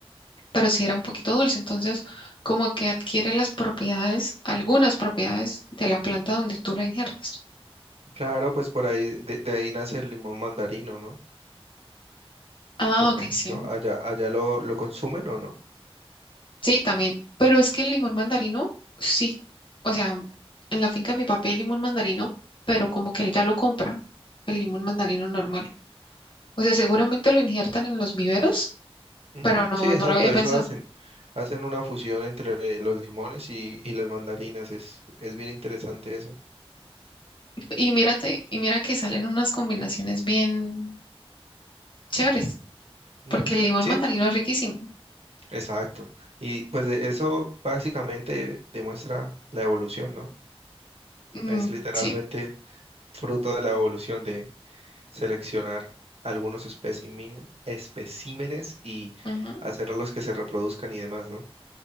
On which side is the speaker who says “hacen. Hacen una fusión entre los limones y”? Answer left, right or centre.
Right